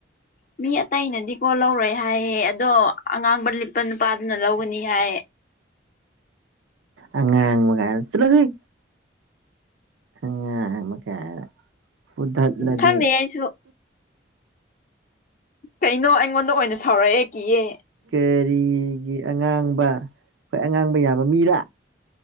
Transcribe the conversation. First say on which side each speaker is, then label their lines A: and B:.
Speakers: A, on the left; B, on the right.
A: ꯃꯤ ꯑꯇꯩꯅꯗꯤꯀꯣ ꯂꯧꯔꯣꯏ ꯍꯥꯏꯌꯦ ꯑꯗꯣ ꯑꯉꯥꯡꯕ ꯂꯤꯠꯄ ꯅꯨꯄꯥꯗꯨꯅ ꯂꯧꯒꯅꯤ ꯍꯥꯏ
B: ꯑꯉꯥꯡꯒꯥꯏ ꯆꯂꯣꯍꯥꯏ ꯑꯉꯥꯡꯕ ꯀꯥꯏꯅ ꯐꯨꯗꯂꯗꯤ
A: ꯈꯪꯗꯦ ꯑꯩꯁꯨ ꯀꯩꯅꯣ ꯑꯩꯉꯣꯟꯗ ꯑꯣꯏꯅ ꯁꯥꯎꯔꯛꯑꯦ ꯀꯤꯌꯦ
B: ꯀꯔꯤꯒꯤ ꯑꯉꯥꯡꯕ ꯍꯣꯏ ꯑꯉꯥꯡꯕ ꯌꯥꯕ ꯃꯤꯔꯥ